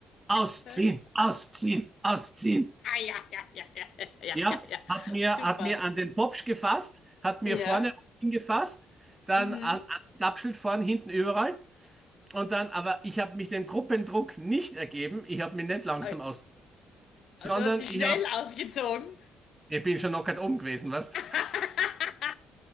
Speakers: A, on the right; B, on the left.
A: Ausziehen,
B: <laughs>
A: ausziehen, ausziehen.
B: Ja, ja, ja, ja, ja,
A: Ja,
B: ja, ja.
A: hat mir,
B: Super.
A: hat mir an den Popsch gefasst, hat mir
B: Ja.
A: vorne hingefasst, dann
B: Mhm.
A: an, an den Klappschild vorne, hinten überall. Und dann, aber ich habe mich dem Gruppendruck nicht ergeben. Ich habe mich nicht langsam
B: Äh,
A: aus, sondern
B: Du hast die schnell
A: ich habe,
B: ausgezogen.
A: ich bin schon knockert oben gewesen, weißt?
B: <laughs>